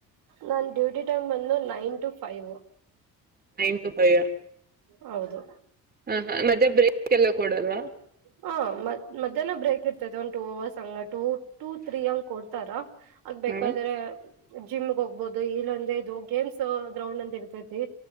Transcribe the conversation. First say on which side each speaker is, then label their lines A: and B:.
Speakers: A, on the right; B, on the right.
A: ನನ್ ಡ್ಯೂಟಿ ಟೈಮ್ ಬಂದು nine to five.
B: Nine to five ಹ.
A: ಹೌದು.
B: ಹ ಹ ಮಧ್ಯ ಬ್ರೇಕ್ ಎಲ್ಲ ಕೊಡಲ್ವಾ.
A: ಹ ಮ ಮಧ್ಯಾಹ್ನ ಬ್ರೇಕ್ ಇರ್ತೈತೆ ಒಂದ್ ಟೂ ಓರ್ಸ್ ಹಂಗ ಟೂ ಟೂ ತ್ರೀ ಹಂಗ್ ಕೊಡ್ತಾರ. ಆಗ್ಬೇಕಾದ್ರೆ
B: ಹ್ಮ್
A: ಜಿಮ್ಗೆ ಹೋಗ್ಬಹುದು ಇಲ್ಲಂದ ಇದು ಗೇಮ್ಸ್. ಗ್ರೌಂಡ್ ಅಂತ ಇರ್ತೈತಿ.